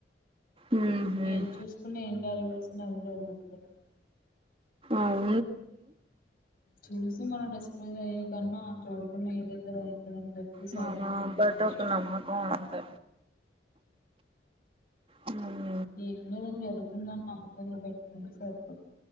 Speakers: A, on the right; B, on the left.
A: మ్మ్ హ్మ్
B: ఏం చూసుకున్నా ఏం జరగాల్సింది. అవే జరుగుతున్నాయి కదండీ.
A: అవును.
B: చూసి మనం రెస్పాండ్ అయ్యో. కన్నా చుడకున్నా ఏదైతే కూడా ఉం. సైలెంట్
A: అవునా
B: గా ఉండడం
A: బట్
B: బెస్ట్
A: ఒక నమ్మకం అంతే ఉ
B: ఏం లేదని జరుగుతుందని నమ్మకంగా పెట్టుకుంటే సరిపోద్